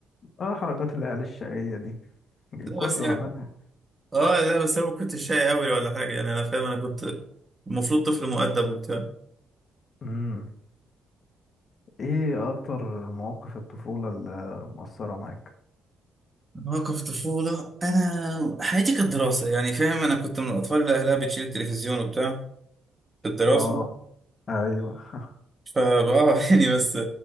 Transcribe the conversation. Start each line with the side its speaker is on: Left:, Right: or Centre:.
Left: اه حركات العيال الشقيه دي
Right: لا
Left: كله
Right: بس يعني
Left: عملها
Right: اه لا بس انا ما كنتش شاي قوي ولا حاجه يعني انا فاهم انا كنت المفروض طفل مؤدب وبتاع
Left: امم ايه اكتر مواقف الطفوله اللي مؤثره معاك
Right: مواقف طفوله انا حياتي كانت دراسه يعني فاهم انا كنت من الاطفال اللي اهلها بتشيل التلفزيون وبتاع في الدراسه
Left: اه ايوه <laughs>
Right: فبقى <laughs> يعني بس